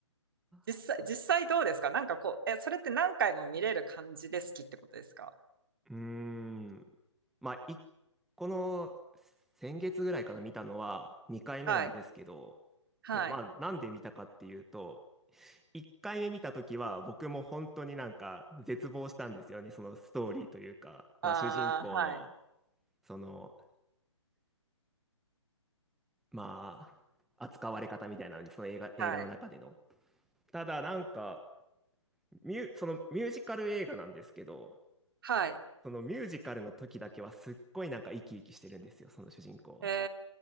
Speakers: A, on the right; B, in the centre.
A: 実際、
B: ー。
A: 実際どうですかなんかこう、え、それって何回も見れる感じで好きってことですか
B: うーん。まあ、い、この先月ぐらいかな、見たのは2回目なんですけど、
A: はい、はい、
B: で、まあ、なんで見たかっていうと、1回目見た時は僕も本当になんか絶望したんですよね、そのストーリーというか、まあ、
A: ああ、
B: 主人公の、
A: はい、
B: その、まあ、扱われ方みたいなのに、その映画、映画の中での。
A: はい、
B: ただ、なんか、ミュ、そのミュージカル映画なんですけど、
A: はい、
B: そのミュージカルの時だけはすっごいなんか生き生きしてるんですよ、その主人公は。
A: え